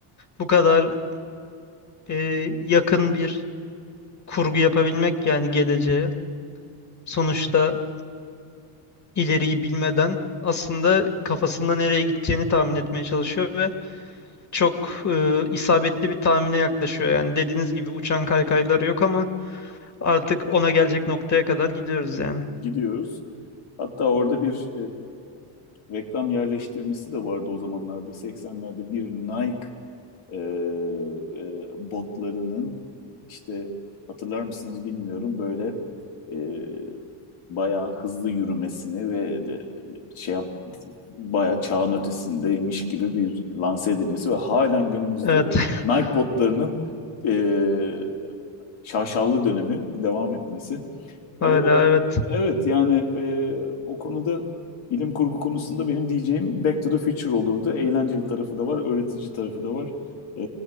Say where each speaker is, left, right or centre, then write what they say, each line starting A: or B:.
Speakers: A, on the left; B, on the left.
A: bu kadar e, yakın bir kurgu yapabilmek yani geleceğe sonuçta ileriyi bilmeden aslında kafasında nereye gideceğini tahmin etmeye çalışıyor ve çok e, isabetli bir tahmine yaklaşıyor. Yani dediğiniz gibi uçan kaykayları yok ama artık ona gelecek noktaya kadar gidiyoruz yani.
B: Gidiyoruz. Hatta orada bir e, reklam yerleştirmesi de vardı o zamanlarda 80'lerde bir Nike e, e, botlarının işte hatırlar mısınız bilmiyorum böyle e, bayağı hızlı yürümesini ve de, şey yap bayağı çağın ötesindeymiş gibi bir lanse edilmesi ve halen günümüzde
A: Evet. <laughs>
B: Nike botlarının e, şaşalı dönemi devam etmesi
A: Hala
B: ee,
A: evet.
B: evet yani e, o konuda bilim kurgu konusunda benim diyeceğim Back to the Future olurdu. Eğlenceli tarafı da var, öğretici tarafı da var. Ee,